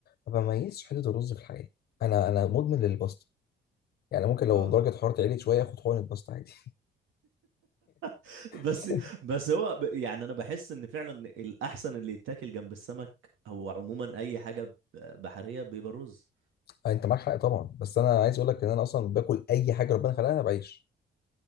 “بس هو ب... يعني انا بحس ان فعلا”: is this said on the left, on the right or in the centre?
Right